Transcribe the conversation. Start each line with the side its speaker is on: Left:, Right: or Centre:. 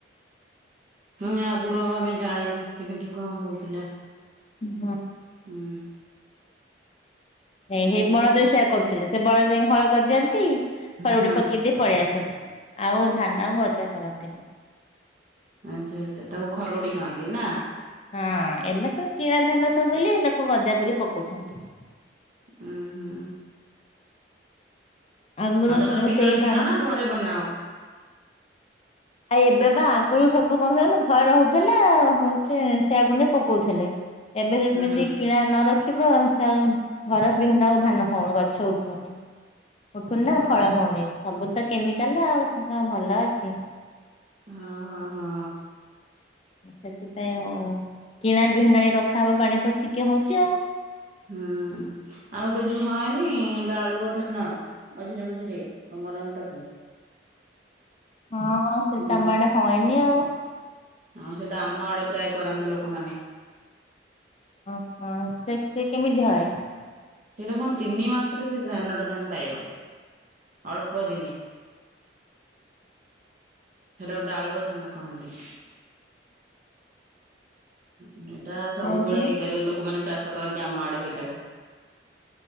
Right: ହୁଁ ଆଗରୁ ଆଉ ଆମେ ଜାଣିନୁ କେମିତି କଣ ହଉଥିଲା।
Left: ହଁ
Right: ହୁଁ।
Left: ହେଇ
Right: ଏମିତି
Left: ହେଇ ବଳଦ
Right: ଆଉ
Left: ବି ସେଇଆ କରୁଥିଲେ ସେ ବଳଦ ଯାଇକି ହଳ କରିଦିଅନ୍ତି ଖରୁଡି
Right: ହୁଁ
Left: ପକେଇ ଦେଇ ପଳେଇ ଆସନ୍ତି ଆଉ ଧାନ ଗଜା କରନ୍ତିନି।
Right: ଆଚ୍ଛା ଆଚ୍ଛା ତାକୁ ଖରୁଡି କହନ୍ତି ନା?
Left: ହଁ ଏବେ ସବୁ କିଣା ଧାନ ସବୁ ବୋଲି ତାକୁ ଗଜା କରି ପକଉଛନ୍ତି।
Right: ହୁଁ ହୁଁ।
Left: ଆଗରୁ
Right: ଆଉ ତମର
Left: ସବୁ
Right: ବିହଣ
Left: ସେଇ
Right: କିଣନା
Left: ଧାନ
Right: ଘରେ ବନାଅ।
Left: ଆଉ ଏବେ ବା ଆଗରୁ ସବୁ କଣ ହଉଥିଲାନା ଘର ହଉଥିଲା ହଉଛି ସେଇଆକୁ ନେଇ ପକଉଥିଲେ। ଏବେ ଯେମିତି
Right: ହୁଁ
Left: କିଣା ନ ରଖିବ ସେ ଆଉ ଘର ବିହନ ଆଉ ଧାନ ହଉନି ଗଛ ଉଠୁନି ଉଠୁନି ନା
Right: ଓହୋ
Left: ଫଳ ହଉନି। ସବୁ ତ କେମିକାଲ ଆଉ ସେ କଣ ଭଲ ଅଛି?
Right: ହଁ, ହଁ, ହଁ,।
Left: ସେଥିପାଇଁ ଆଉ କିଣା ବିହନ ଆଣି ରଖା ହବ ପାଣି ପଷିକି ହଉଛି ଆଉ।
Right: ହୁଁ ଆଉ ଗୋଟେ ଯୋଉ ହଏନି ଡାଳୁଅ ଧାନ? ମଝିରେ ମଝିରେ ଅ ମରନ୍ ତାକୁ।
Left: ହଁ, ହଁ ସେଟା
Right: ହୁଁ
Left: ଆମ ଆଡ଼େ ହଏନି ଆଉ।
Right: ଆଉ ସେଟା ଆମ ଆଡ଼େ ପ୍ରାୟ କରନ୍ତି ଲୋକମାନେ।
Left: ଓହୋ ସେ ସେ କେମିତି ହଏ?
Right: ସେଟା କଁ ତିନି ମାସରେ ସେ ଧାନଟା ତମେ ପାଇବା। ଅଳ୍ପ ଦିନି। ସେଟାକୁ ଡାଳୁଅ ଧାନ କହନ୍ତି। ଉଁ ଏଟା ସବୁବେଳେ
Left: ହଉ ତ
Right: ହେଇପାରିବ ଲୋକମାନେ ଚାଷ କରନ୍ତି ଆମ ଆଡ଼େ ହେଟାକୁ।